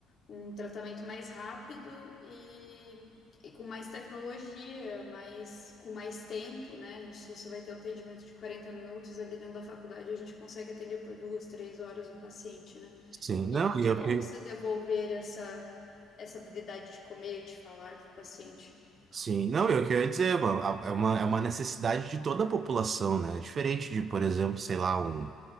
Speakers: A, on the left (about 50°); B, on the right (about 45°).
A: um tratamento mais rápido e, e com mais tecnologia, mais, com mais tempo, né? No SUS você vai ter um atendimento de 40 minutos, ali dentro da faculdade a gente consegue atender por duas, três horas um paciente, né?
B: sim. Não,
A: E é muito
B: e eu
A: bom
B: que...
A: você devolver essa, essa habilidade de comer, de falar para o paciente.
B: Sim, não, eu que eu queria dizer, é uma, é uma é uma necessidade de toda a população, né? É Diferente de, por exemplo, sei lá, um